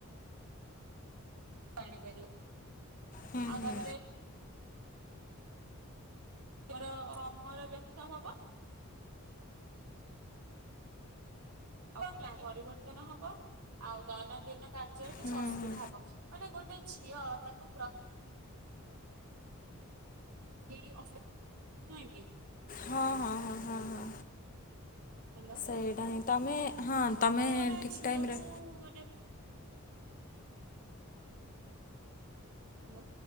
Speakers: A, on the right; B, on the left.
A: ଜାଣିପାରିବା,
B: ହୁଁ
A: ଆଉ
B: ହୁଁ
A: ତାପରେ <unintelligible> କମର ବ୍ୟଥା ହବ। <unintelligible> ପରିବର୍ତ୍ତନ ହବ। ଆଉ ଦୈନନ୍ଦିନ କାର୍ଯ୍ୟରେ କିଛି
B: ହୁଁ
A: ଅସୁବିଧା
B: ହୁଁ
A: ହବନି, ମାନେ ଗୋଟେ ଝିଅ ତାକୁ ପ୍ର <unintelligible> ନୁହେଁ କି?
B: ହଁ ହଁ ହଁ ହଁ ହଁ
A: ହାଲୋ।
B: ସେଇଟା ହିଁ ତମେ ହଁ ତମେ
A: ଗୋଟେ
B: ଠିକ୍
A: ଝିଅକୁ
B: ଟାଇମରେ
A: ମାନେ ହାଲୋ।